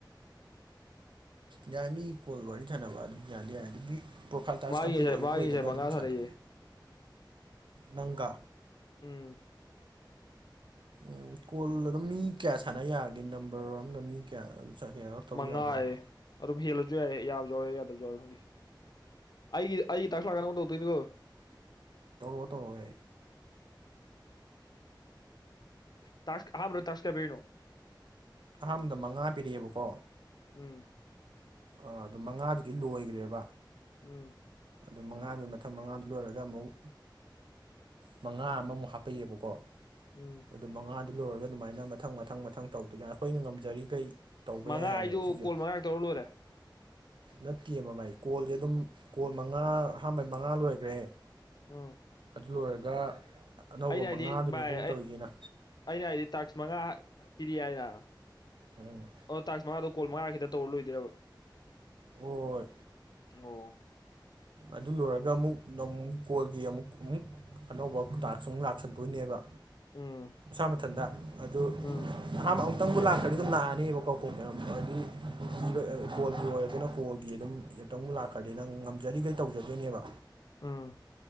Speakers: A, on the right; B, on the left.
A: ꯌꯥꯏ ꯃꯤ ꯀꯣꯜꯋꯥꯔꯤ ꯁꯥꯅꯥꯕꯥ ꯑꯗꯨꯝ ꯌꯥꯏ ꯑꯗꯨ ꯃꯤ ꯄ꯭ꯔꯣꯐꯥꯏꯜ ꯇꯥꯏꯁ
B: ꯃꯥꯒꯤꯁꯦ
A: ꯀꯝꯄ꯭ꯂꯤꯠ ꯑꯣꯏꯕ
B: ꯃꯥꯒꯤꯁꯦ
A: ꯑꯣꯏꯗꯕ
B: ꯃꯉꯥ
A: ꯑꯗꯨꯝ
B: ꯁꯥꯟꯅꯩꯌꯦ
A: ꯁꯥꯟꯅ ꯅꯪꯒ
B: ꯎꯝ
A: ꯎꯝ ꯀꯣꯜ ꯑꯗꯨꯝ ꯃꯤ ꯀꯌꯥ ꯁꯥꯟꯅ ꯌꯥꯒꯦ ꯅꯝꯕꯔ ꯑꯝꯗ ꯃꯤ ꯀꯌꯥ ꯀꯌꯥꯔꯛ ꯇꯧ
B: ꯃꯉꯥꯑ
A: ꯌꯥꯖꯥꯠꯅꯣ
B: ꯑꯗꯨꯝ ꯍꯦꯜꯂꯁꯨ ꯌꯥꯏꯌꯦ ꯌꯥꯕ ꯌꯥꯎ ꯌꯥꯏ ꯌꯥꯗꯕ ꯌꯥꯎꯋꯦ ꯈꯪꯗꯤ ꯑꯩꯒꯤ ꯑꯩꯒꯤ ꯇꯥꯛꯁꯂꯥꯛꯀ ꯅꯪꯉꯣꯟꯗꯧꯗꯣꯏꯅꯤꯒꯣ
A: ꯇꯧꯔꯛꯑꯣ ꯇꯧꯔꯛꯑꯣ ꯌꯥꯏ
B: ꯇꯥꯁꯀ ꯑꯍꯥꯟꯕꯗꯥ ꯇꯥꯁꯀ ꯀꯌꯥ ꯄꯤꯅꯣ
A: ꯑꯍꯥꯟꯕꯗ ꯃꯉꯥ ꯄꯤꯔꯛꯑꯦꯕꯀꯣ
B: ꯎꯝ
A: ꯑꯥ ꯑꯗꯨ ꯃꯉꯥꯗꯨꯗꯤ ꯂꯣꯏꯒꯔꯦꯕ
B: ꯎꯝ
A: ꯑꯗꯨ ꯃꯉꯥꯗꯨ ꯃꯊꯪ ꯃꯉꯥꯗꯨ ꯂꯣꯏꯔꯒ ꯑꯃꯨꯛ ꯃꯉꯥ ꯑꯃꯃꯨꯛ ꯍꯥꯞꯄꯛꯏꯕꯀꯣ
B: ꯎꯝ
A: ꯑꯗꯨ ꯃꯉꯥꯗꯨ ꯂꯣꯏꯔꯒ ꯑꯗꯨꯃꯥꯏꯅ ꯃꯊꯪ ꯃꯊꯪ ꯃꯊꯪ ꯇꯧꯗꯣꯏ ꯀꯅ ꯑꯩꯈꯣꯏꯅ ꯉꯝꯖꯔꯤꯈꯩ ꯇꯧꯕ
B: ꯃꯉꯥ
A: ꯌꯥꯏ ꯍꯥꯏꯌꯦꯕ
B: ꯑꯩꯁꯨ
A: ꯁꯤꯁꯦ
B: ꯀꯣꯜ ꯃꯉꯥꯒ ꯇꯧꯔ ꯂꯣꯏꯔꯦ
A: ꯅꯠꯇꯦꯕ ꯃꯥꯏ ꯀꯣꯜꯁꯦ ꯑꯗꯨꯝ ꯀꯣꯜ ꯃꯉꯥ ꯑꯍꯥꯟꯕ ꯃꯉꯥ ꯂꯣꯏꯈ꯭ꯔꯦ
B: ꯎꯝ
A: ꯑꯗꯨ ꯂꯣꯏꯔꯒ ꯑꯅꯧꯕ
B: ꯑꯩꯅ ꯍꯥꯏꯗꯤ
A: ꯃꯉꯥꯗꯨꯅꯦ
B: ꯚꯥꯏ
A: ꯄꯨꯡ ꯇꯧꯔꯤꯁꯤꯅ
B: ꯑꯩꯅ ꯍꯥꯏꯗꯤ ꯇꯥꯛꯁ ꯃꯉꯥ ꯄꯤꯔꯤ ꯍꯥꯏꯅ
A: ꯎꯝ
B: ꯑꯣ ꯇꯥꯥꯛ ꯃꯉꯥꯗꯣ ꯀꯣꯜꯉꯥꯈꯤꯇ ꯇꯧꯔ ꯂꯣꯏꯗ꯭ꯏꯔꯕ
A: ꯑꯣ
B: ꯑꯣ
A: ꯑꯗꯨ ꯂꯣꯏꯔꯒ ꯑꯃꯨꯛ ꯅꯨꯛ ꯐꯣꯜꯒꯤ ꯑꯃꯨꯛ ꯑꯃꯨꯛ ꯑꯅꯧꯕꯇꯥꯛꯁ ꯑꯃꯨꯛ ꯂꯥꯛꯁꯟꯗꯣꯏꯅꯦꯕ
B: ꯎꯝ
A: ꯃꯥ ꯃꯊꯟꯗ ꯑꯗꯨ
B: ꯎꯝ
A: ꯑꯅꯥ ꯑꯃꯨꯛꯇꯪꯕꯨ ꯂꯥꯛꯄꯗꯤ ꯑꯗꯨꯝ ꯥꯛꯑꯅꯦꯕꯀꯣ ꯀꯣ ꯃꯌꯥꯝ ꯍꯥꯏꯗꯤꯕ ꯀꯣꯜꯒꯤ ꯑꯣꯏꯔꯒꯅ ꯀꯣꯜꯒꯤ ꯑꯗꯨꯝ ꯑꯨꯛꯇꯪ ꯂꯥꯛꯈ꯭ꯔꯗꯤ ꯅꯪ ꯉꯝꯖꯔꯤꯈꯩ ꯇꯧꯖꯗꯣꯏꯅꯦꯕ
B: ꯎꯝ